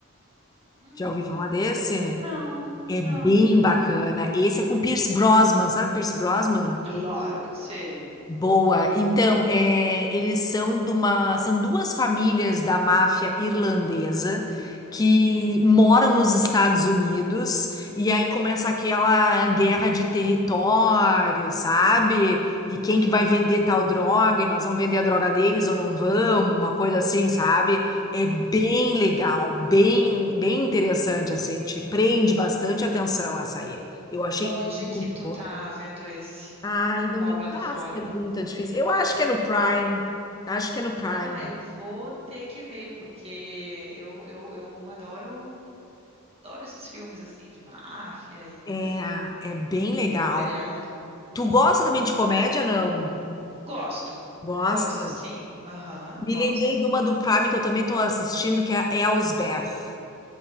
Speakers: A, on the right; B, on the left.
A: Hum,
B: Já ouvi falar desse?
A: não,
B: É
A: não.
B: bem bacana. Esse é com Pierce Brosnan, sabe o Pierce Brosnan?
A: Claro que sei.
B: Boa. Então, é, eles são de uma, são duas famílias da máfia irlandesa que
A: Uhum,
B: moram nos Estados Unidos e aí começa aquela guerra de território, sabe? E quem que vai vender tal droga? E nós vamos vender a droga deles ou não vamos? Uma coisa assim, sabe? É bem
A: uhum.
B: legal, bem, bem interessante assim, te prende bastante atenção essa aí. Eu achei
A: Onde que
B: muito
A: tu
B: boa.
A: tá vendo esse?
B: Ai,
A: Em
B: não
A: qual
B: me
A: plataforma?
B: faz pergunta difícil. Eu acho que é no Prime. Acho que é no Prime.
A: Ah, eu vou ter que ver, porque eu, eu, eu adoro, adoro esses filmes assim de máfia e
B: É,
A: ação,
B: é bem legal.
A: seriado.
B: Tu gosta também de comédia, não?
A: Gosto.
B: Gosta?
A: Gosto, sim. Aham,
B: Me
A: gosto.
B: lembrei de uma do Prime que eu também tô assistindo, que é a Elsbeth.